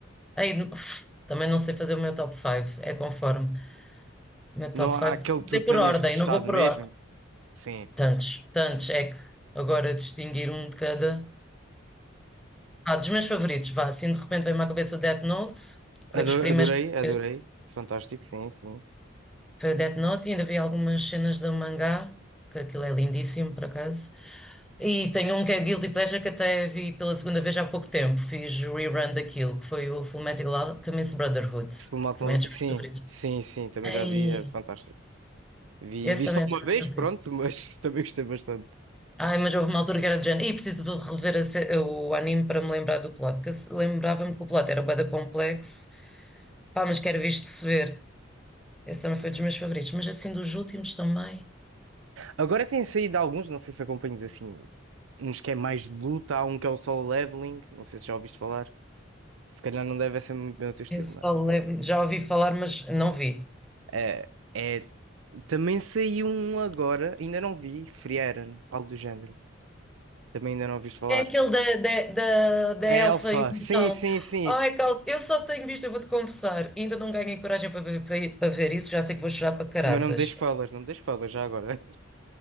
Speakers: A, in the centre; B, on the right.
A: Aí, <sniffs> também não sei fazer o meu top 5, é conforme. O meu
B: Não
A: top
B: há
A: 5,
B: aquele que tu
A: sei
B: tenhas
A: por ordem,
B: gostado
A: não vou por
B: mesmo?
A: ordem.
B: Sim.
A: Tantos, tantos, é que agora distinguir um de cada. Ah, dos meus favoritos, vá, assim de repente veio-me à cabeça o Death Note, foi
B: Ado-
A: dos primeiros
B: Adorei, adorei.
A: que eu-
B: Fantástico, sim, sim.
A: foi o Death Note e ainda vi algumas cenas do mangá, que aquilo é lindíssimo por acaso. E tem um que é Guilty Pleasure que até vi pela segunda vez há pouco tempo, fiz o rerun daquilo, que foi o Fullmetal Alchemist Brotherhood,
B: Fullmetal-
A: também é dos
B: Sim,
A: meus favoritos.
B: sim, sim, também
A: Ei,
B: já vi, é fantástico. Vi,
A: esse
B: vi
A: também
B: só
A: é
B: uma
A: dos meus
B: vez,
A: favoritos.
B: pronto, mas <laughs> também gostei bastante.
A: Ai, mas houve uma altura que era de género, e preciso de rever a se- o anime para me lembrar do plot, porque se- lembrava-me que o plot era bué da complexo, pá, mas que era visto de se ver. Esse também foi dos meus favoritos, mas assim dos últimos também.
B: Agora têm saído alguns, não sei se acompanhas assim, uns que é mais de luta, há um que é o solo leveling, não sei se já ouviste falar. Se calhar não deve ser muito bem o teu estilo,
A: Eu só
B: não é?
A: levo, já ouvi falar, mas não vi.
B: É, é- também saiu um agora, ainda não vi, Free Eren, algo do género. Também ainda não ouviste falar.
A: É aquele da, da, da, da
B: É
A: Elfa
B: Alpha,
A: e o Mortal.
B: sim, sim, sim.
A: Ai, Cal, eu só tenho visto, eu vou-te confessar. Ainda não ganhei coragem para ver, para ir- para ver isso, já sei que vou chorar para caraças.
B: Mas não me dê spoilers, não me dê spoilers já agora.